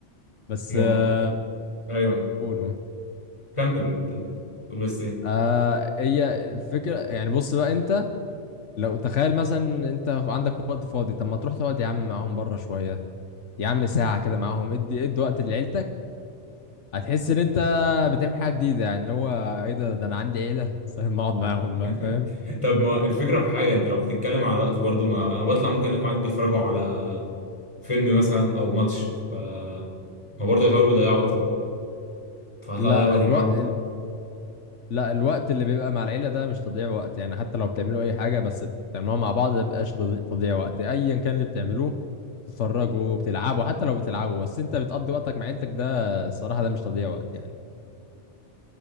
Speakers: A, on the left (about 75°); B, on the left (about 25°).
A: بس
B: ما
A: آه،
B: أيوه
A: قولوا
B: كمل أنت قول بس إيه
A: آه هي الفكره يعني بص بقى انت لو تخيل مثلا انت عندك وقت فاضي طب ما تروح تقعد يا عم معاهم بره شويه يا عم ساعه كده معاهم ادي ادي وقت لعيلتك هتحس ان انت بتعمل حاجه جديده يعني اللي هو ايه ده ده انا عندي عيله <laughs> بس ما اقعد معاهم
B: <laughs>
A: بقى فاهم
B: طب ما الفكرة في حاجة أنت لو بتتكلم على وقت برضو ما أنا بطلع ممكن أقوم قاعد بيتفرجوا على فيلم مثلا أو ماتش ف ما برضه يغيروا يضيعوا وقتهم فهطلع
A: لا
B: أضيع وقتي
A: الوقت
B: معاهم
A: لا الوقت اللي بيبقى مع العيلة ده مش تضييع وقت يعني حتى لو بتعملوا أي حاجة بس بتعملوها مع بعض ده مبيبقاش تضي- تضييع وقت أيا كان اللي بتعملوه بتتفرجوا بتلعبوا حتى لو بتلعبوا بس أنت بتقضي وقتك مع عيلتك ده الصراحة ده مش تضييع وقت يعني